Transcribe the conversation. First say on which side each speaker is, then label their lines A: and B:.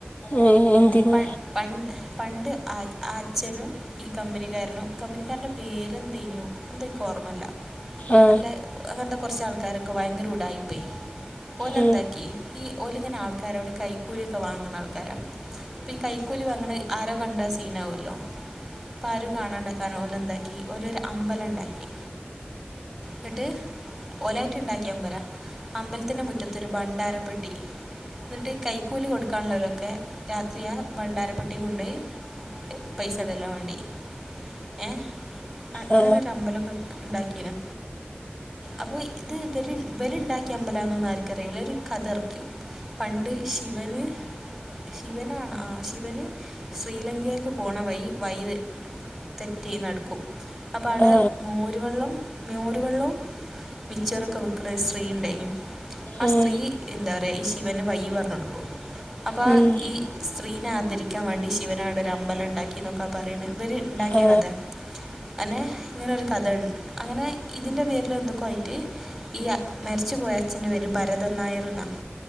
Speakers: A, on the left; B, in the centre.
A: ഏ, എന്തിന്
B: പ പണ്ട് പണ്ട് ആ ആച്ഛനും ഈ കമ്പനിക്കാരനും കമ്പനിക്കാരൻ്റെ പേരെന്തേനു എന്തപ്പോ ഓർമ്മല്ല
A: ആ
B: നല്ല അങ്ങനത്തെ കുറച്ച് ആൾക്കാരൊക്കെ ഭയങ്കര ഉടായിപ്പെ ഓലെ
A: ആ
B: എന്താക്കി ഈ ഓലിങ്ങനെ ആൾക്കാരോട് കൈക്കൂലിയൊക്കെ വാങ്ങുന്ന ആൾക്കാരാ അപ്പ ഈ കൈക്കൂലി വാങ്ങ്ണ ആരോ കണ്ടാ സീനാവല്ലോ അപ്പോ അരോ കാണാണ്ടാക്കാൻ ഓലെന്താക്കി ഓലൊരു അമ്പലണ്ടാക്കി ന്ന്ട്ട് ഓലായിട്ട് ഇണ്ടാക്കിയ അമ്പല അമ്പലത്തിന്റെ മുറ്റ ത്തൊരു ഭണ്ഡാരപെട്ടി ഇന്നിട്ട് കൈക്കൂലി കൊടുക്കാണുള്ളൊലോക്കെ രാത്രിയാ ഭണ്ഡാരപ്പെട്ടി കൊണ്ടോയി പൈസ ഇടല്ലാ വേണ്ടി ഏഹ്
A: ആ
B: അങ്ങനൊരാ
A: ആ ആ
B: അമ്പലൊക്കെ ഇണ്ടാക്കീണ് അപ്പോ ഇത് ഇവല് ഇവിലുണ്ടാക്കിയ അമ്പലാന്നൊന്നും ആർക്കറിയൂല്ല ഒരു കഥ അറക്കി പണ്ട് ശിവന് ശിവനാണ് ആ ശിവന് ശ്രീലങ്കയ്ക്ക് പോണ വൈ വൈ തെറ്റി നടുക്കും അപ്പ അവിടെ
A: ആ
B: മോരുവെള്ളം മോരുവെള്ളവും മിച്ചറൊക്കെ വിക്കുന്ന ഒരു സ്ത്രീ ഇണ്ടായിനൂ ആ
A: ഉം,
B: സ്ത്രീ എന്താ പറയ ഈ ശിവന് വയ്യ് പറഞ്ഞ് കൊടുക്കും അപ്പം ആ
A: ഉം.
B: ഈ സ്ത്രീനെ ആദരിക്കാൻ വേണ്ടി ശിവന് അവിടെ ഒരു അമ്പലണ്ടാക്കി എന്നൊക്കെ പറയ്ണ ഇവര് ഇണ്ടാക്കിയ
A: ആ
B: കഥ അനെ ഇങ്ങനെ ഒരു കഥയുണ്ട് അങ്ങനെ ഇതിൻ്റെ പേരില് എന്തൊക്കെ ആയിട്ട് ഈ മരിച്ചുപോയ അച്ഛൻ്റെ പേര് ഭരതൻ നായർ എന്നാ